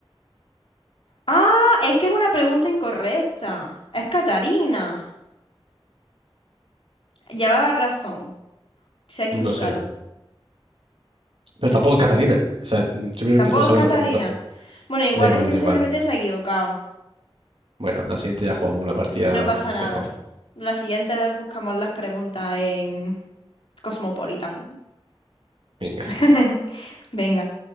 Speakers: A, on the left; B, on the right.
A: Ah, es que es una pregunta incorrecta. Es Catarina. Llevaba razón. Se ha equivocado.
B: No sé. Pero tampoco es Catalina. O sea, mm, simplemente
A: Tampoco
B: no sabe
A: es Catarina.
B: la pregunta.
A: Bueno, igual
B: Da igual,
A: es que
B: da
A: simplemente
B: igual.
A: se ha equivocado.
B: Bueno, la siguiente ya jugamos una partida
A: No pasa nada.
B: mejor.
A: La siguiente vez buscamos las preguntas en Cosmopolitan.
B: Venga.
A: <laughs> Venga.